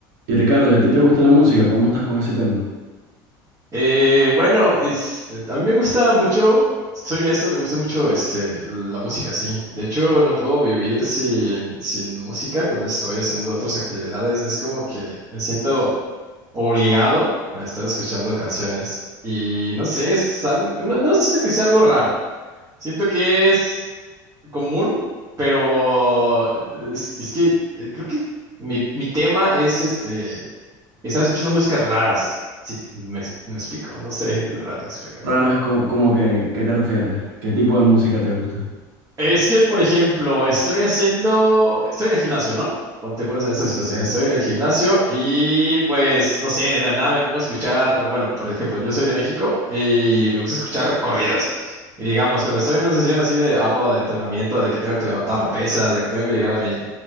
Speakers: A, on the right; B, on the right.
A: Y Ricardo, ¿y a ti te gusta la música? ¿Cómo estás con ese tema?
B: Eh, bueno, es, a mí me gusta mucho, soy honesto, me gusta mucho este, la música, sí. De hecho, no puedo vivir sin, sin música cuando estoy haciendo otras actividades. Es como que me siento obligado a estar escuchando canciones. Y no sé, es algo, no, no siento que sea algo raro. Siento que es común, pero eh, es, es que eh, creo que mi, mi tema es este. Estaba escuchando músicas raras. Sí, me, me explico, no sé, es raro explicar.
A: Raras, co- como que, ¿qué te refieres? ¿Qué tipo de música te gusta?
B: Es que, por ejemplo, estoy haciendo, estoy en el gimnasio, ¿no? Pon- Te pones en esta situación,
A: Ok.
B: estoy en el gimnasio y pues, no sé, de la nada me pongo a escuchar, bueno, por ejemplo, yo soy de México y me gusta escuchar corridos. Y digamos, cuando estoy en una sesión así de ardua de entrenamiento, de que tengo que levantar pesas, de que tengo que llegar a mi,